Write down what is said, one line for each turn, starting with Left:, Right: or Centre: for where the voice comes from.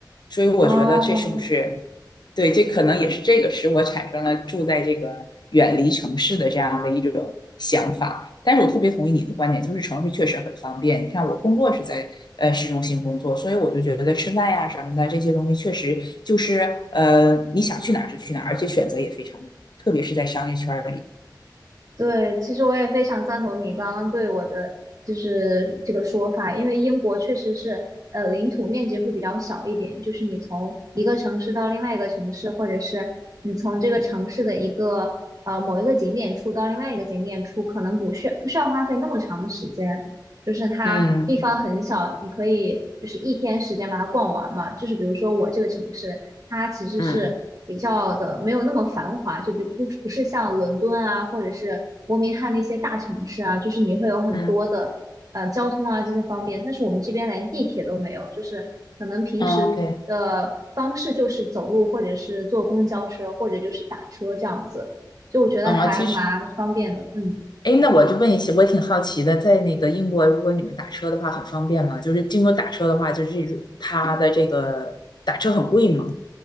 Left: 所以我觉得这是不是对，
Right: 哦，
Left: 这可能也是这个使我产生了住在这个远离城市的这样的一种想法。但是我特别同意你的观点，就是城市确实很方便。你看，我工作是在呃市中心工作，所以我就觉得吃饭呀什么的这些东西，确实就是呃你想去哪儿就去哪儿，而且选择也非常的多，特别是在商业圈儿里。
Right: 对，其实我也非常赞同你刚刚对我的就是这个说法，因为英国确实是呃领土面积会比较小一点，就是你从一个城市到另外一个城市，或者是你从这个城市的一个呃某一个景点处到另外一个景点处，可能不需不需要花费那么长的时间，就是它地嗯方很小，
Left: 嗯
Right: 你可以就是一天时间把它逛完嘛，就是比如说我这个城市。它其实是比较的没有那么繁华，
Left: 嗯
Right: 就比不不是像伦敦啊，或者是伯明翰那些大城市啊，就是你会有很多的呃交通啊这些方便，
Left: 嗯
Right: 但是我们这边连地铁都没有，就是可能平时的方式就是走路，
Left: o k
Right: 或者是坐公交车，或者就是打车这样子，就我觉得还蛮方便的，
Left: 嗯，其实
Right: 嗯。
Left: 哎，那我就问一下，我挺好奇的，在那个英国，如果你们打车的话，很方便吗？就是经过打车的话，就是这种它的这个打车很贵吗？